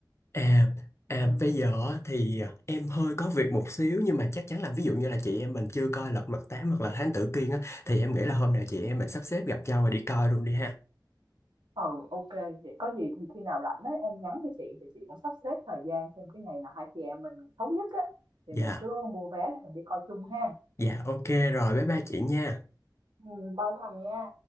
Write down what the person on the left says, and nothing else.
À, à
bây giờ thì em hơi có việc một xíu nhưng mà chắc chắn là ví dụ như là chị em mình chưa coi Lật Mặt Tám hoặc là Thám Tử Kiên á thì em nghĩ là hôm nào chị em mình sắp xếp gặp nhau rồi đi coi luôn đi ha.
Dạ,
dạ ok rồi bye bye chị nha.